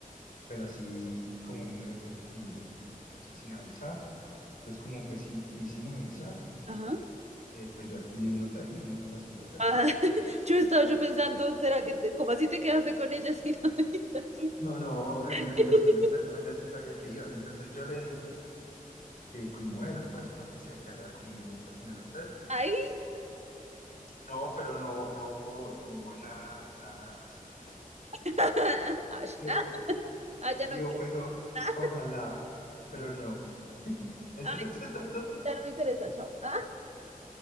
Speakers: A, on the left; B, on the right.
A: pero así como mero furtivo, entonces sin avisar. Entonces, como fue, si, fui sin avisar.
B: Ajá.
A: eh, pues yo alquilé un hotel, ¿no? Una habitación de hotel.
B: Ah, <laughs> yo estaba yo pensando, ¿será que te, cómo así te quedaste con ella sin <laughs> avisarle?
A: No, no, en
B: <laughs>
A: una habitación de hotel, no, ella sí sabía que iba. Entonces yo le dije que cómo era, pues, para que se quedara conmigo, pues, en el hotel.
B: Ay.
A: No, pero no, no hubo, no hubo nada, nada así.
B: <laughs> Ay,
A: No,
B: <laughs> ay, ya
A: digo,
B: no quiero.
A: pues, o-
B: <laughs>
A: ojalá, pero no. Entonces
B: Ay,
A: <laughs> nosotros,
B: ya no me interesa, chao. Ah,